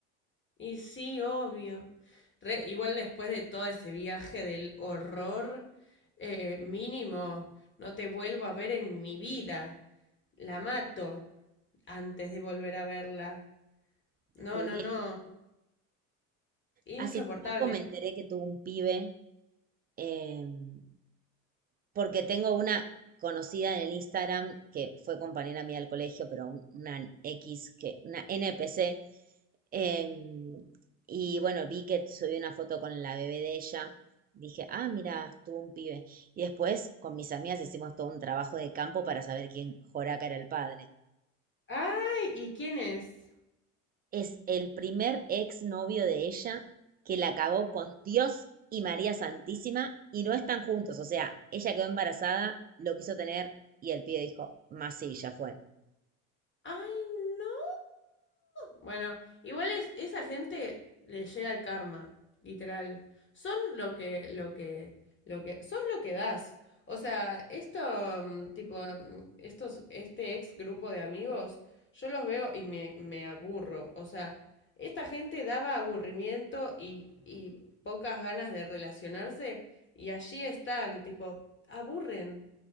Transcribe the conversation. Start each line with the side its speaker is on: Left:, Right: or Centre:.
Left: Y sí, obvio. Re- igual después de todo ese viaje del horror, eh, mínimo, no te vuelvo a ver en mi vida. La mato antes de volver a verla. No,
Right: Sí,
Left: no, no. Insoportable.
Right: hace poco me enteré que tuvo un pibe. em, porque tengo una conocida en el Instagram que fue compañera mía del colegio, pero un- una X, que, una NPC. em, y bueno, vi que subí una foto con la bebé de ella. Dije, ah, mira, tuvo un pibe. Y después con mis amigas hicimos todo un trabajo de campo para saber quién Joraca era el padre.
Left: ¡Ay! ¿Y quién es?
Right: Es el primer exnovio de ella que la cagó con Dios y María Santísima y no están juntos. O sea, ella quedó embarazada, lo quiso tener y el pibe dijo, más sí, ya fue.
Left: ¡Ay, no! Bueno, igual es, esa gente le llega el karma, literal. Son lo que, lo que, lo que, sos lo que das. O sea, esto, mm, tipo, mm, estos, este ex grupo de amigos, yo los veo y me, me aburro. O sea, esta gente daba aburrimiento y, y pocas ganas de relacionarse y allí están, tipo, aburren.